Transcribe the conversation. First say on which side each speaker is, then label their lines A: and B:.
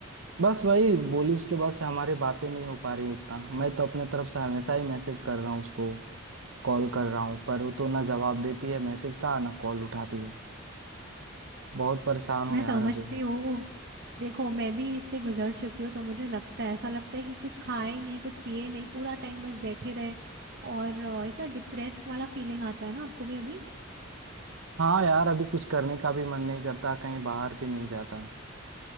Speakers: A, on the right (about 75°); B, on the right (about 55°).
A: बस वही बोली उसके बाद से हमारी बातें नहीं हो पा रही उतना मैं तो अपने तरफ से हमेशा ही मैसेज कर रहा हूँ उसको कॉल कर रहा हूँ पर वो तो ना जवाब देती है मैसेज का ना कॉल उठाती है बहुत परेशान हूँ
B: मैं
A: यार
B: समझती
A: अभी
B: हूँ देखो मैं भी इससे गुजर चुकी हूँ तो मुझे लगता है ऐसा लगता है कि कुछ खाए ही नहीं कुछ पिए नहीं पूरा टाइम बस बैठे रहे और अ, ऐसा डिप्रेस्ड वाला फीलिंग आता है ना आपको भी अभी
A: हाँ यार अभी कुछ करने का भी मन नहीं करता कहीं बाहर भी नहीं जाता